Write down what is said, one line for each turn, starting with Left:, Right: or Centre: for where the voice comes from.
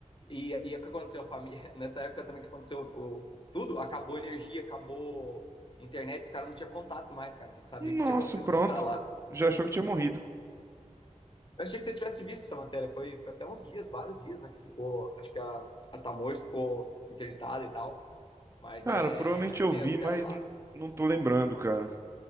Left: E, e é o que aconteceu? A família, <laughs> nessa época também que aconteceu o- o- tudo, acabou a energia, acabou a internet, os caras não tinham contato mais, cara. Não sabia
Right: Nossa,
Left: o que tinha acontecido
Right: pronto.
Left: com os caras lá.
Right: Já achou que tinha morrido.
Left: Eu achei que você tivesse visto essa matéria. Foi, foi até uns dias, vários dias, né? Que ficou. Acho que a, a Tamoios ficou interditada e tal. Mas
Right: Cara,
Left: é
Right: provavelmente
Left: <laughs>
Right: eu
Left: tenso,
Right: vi, mas
Left: cara, lá.
Right: não, não tô lembrando, cara.